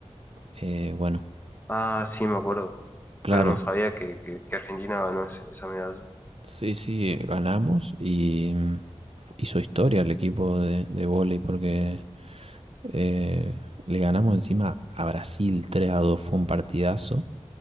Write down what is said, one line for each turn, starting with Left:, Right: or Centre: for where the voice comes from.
Right: Eh, bueno,
Left: Ah, sí, me acuerdo,
Right: claro,
Left: pero no sabía que, que- que Argentina ganó ese- esa medalla.
Right: sí, sí, eh, ganamos y mm, hizo historia el equipo de, de vóley porque eh, le ganamos encima a Brasil tres a dos fue un partidazo